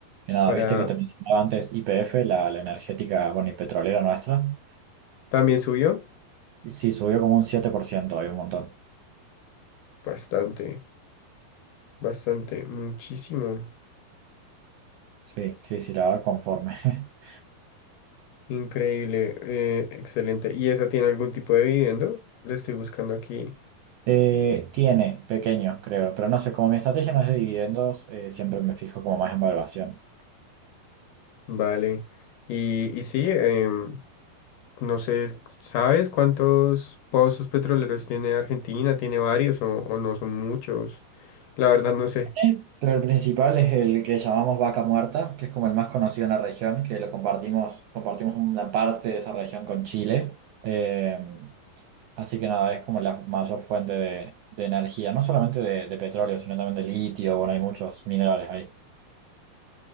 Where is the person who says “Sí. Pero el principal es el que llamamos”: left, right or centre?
Right